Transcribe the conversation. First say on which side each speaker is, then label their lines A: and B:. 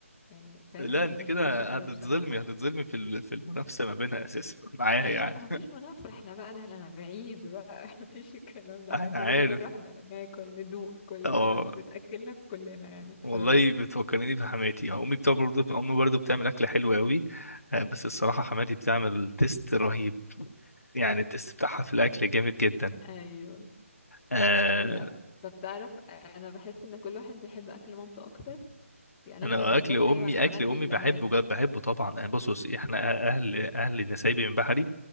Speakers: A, on the left; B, on the left.
A: يعني فاهم
B: لا
A: أنا
B: انت
A: مش
B: كده
A: بحب كده
B: هتتظلمي
A: بصراحة
B: هتتظلمي في ال- في المنافسه ما بينها اساسا معايا
A: أه
B: يعني
A: لا مفيش منافسة احنا بقى لا احنا بعيد بقى <laughs> مفيش الكلام ده
B: <laughs> انا
A: احنا كلنا
B: عارف
A: بنروح ن- ناكل ندوق كلنا
B: اه
A: بت- بتأكلنا كلنا يعني بصراحة
B: والله بتفكرني بحماتي اه، امي بتاع برضه امي برضه بتعمل اكل حلو قوي آه، بس الصراحه حماتي بتعمل تيست رهيب يعني التيست بتاعها في الاكل جامد جدا
A: أيوه
B: آه
A: لا ب... طب تعرف أنا بحس إن كل واحد بيحب أكل مامته أكتر يعني
B: انا
A: أنا بالنسبة
B: اكل
A: لي
B: امي
A: أيوه أنا حماتي
B: اكل امي
A: لو
B: بحبه
A: هنت
B: جد بحبه طبعا يعني بص بص، احنا اهل اهل نسايبي من بحري